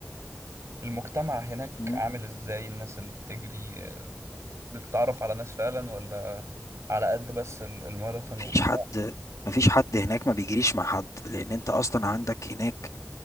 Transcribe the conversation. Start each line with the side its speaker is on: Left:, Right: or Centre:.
Right: المجتمع هناك
Left: مم.
Right: عامل ازاي الناس اللي بتجري بتتعرف على ناس فعلا ولا على قد بس ال- الماراثون وبتاع
Left: مفيش حد مفيش حد هناك ما بيجريش مع حد لأن أنت أصلا عندك هناك